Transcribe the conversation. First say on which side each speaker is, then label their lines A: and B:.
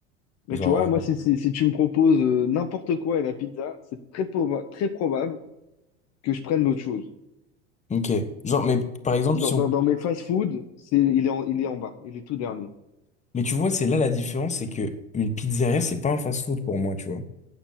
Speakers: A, on the left (about 45°); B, on the left (about 20°).
A: Mais
B: genre,
A: tu vois, moi, si, si, si tu me proposes euh, n'importe quoi et la pizza, c'est très, proba- très probable que je prenne l'autre chose.
B: euh, ok. Genre, mais par exemple,
A: Dans,
B: si
A: dans,
B: on.
A: dans mes fast-food, c'est, il est en, il est en bas, il est tout dernier.
B: Mais tu vois, c'est là la différence, c'est que une pizzeria, c'est pas un fast-food pour moi, tu vois.